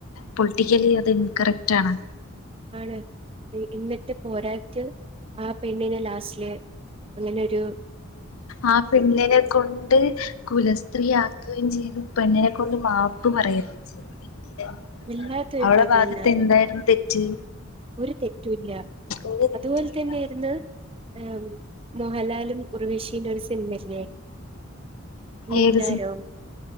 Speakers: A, on the left; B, on the right.
A: പൊളിറ്റിക്കലി അത് ഇൻകറക്റ്റ് ആണ്
B: ആണ് ഇന്നട്ട് പോരായിട്ട് ആ പെണ്ണിനെ ലാസ്റ്റിലെ അങ്ങനെരു
A: ആ പെണ്ണിനെ കൊണ്ട് കുലസ്ത്രീയാക്കുകയും ചെയ്തു പെണ്ണിനെ കൊണ്ട് മാപ്പ് പറയപ്പിച്ചു എന്തിന്
B: വല്ലാത്തൊരു
A: അവളെ
B: കഥ
A: ഭാഗത്ത്
B: തന്നെയല്ലേ
A: എന്തായിരുന്നു തെറ്റ്
B: ഒരു തെറ്റുല്ല
A: ഒരു തെറ്റുമില്ല
B: അതുപോലെ തന്നെയായിരുന്നു ആം മോഹൻലാലും ഊർവശീന്റെ ഒരു സിനിമല്ലേ മിന്നാരോ
A: ഏത്